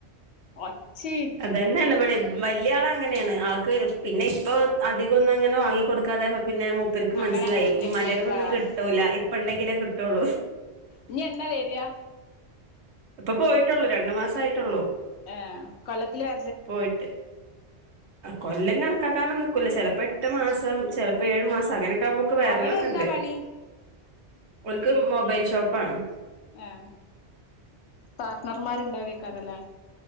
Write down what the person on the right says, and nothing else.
അതന്നെണ് ഇവിടെ വലിയ ആളഅങ്ങനെയാണ് ആൾക്ക് പിന്നെ ഇപ്പൊ അധികൊന്നും അങ്ങനെ വാങ്ങി കൊടുക്കാതതായപ്പം പിന്നെ പ്പർക്ക്
മനസ്സിലായി
ഇമ്മാന്റെകന്നൊന്നും
കിട്ടൂല്ല ഇപ്പണ്ടെങ്കിലേ കിട്ടുള്ളൂ
ഇപ്പ പോയിട്ടുള്ളൂ രണ്ടു മാസം ആയിട്ടുള്ളൂ
പോയിട്ട് കൊല്ലം കണക്കാക്കാനും നിക്കൂല ചെലപ്പോ എട്ട് മാസം ചെല പ്പ
ഏഴു മാസം
അങ്ങനെയൊക്കെ ആവുമ്പോക്കെ വേരലൊക്കെണ്ട്
ഓൽക് മൊബൈൽ ഷോപ്പ ആണ്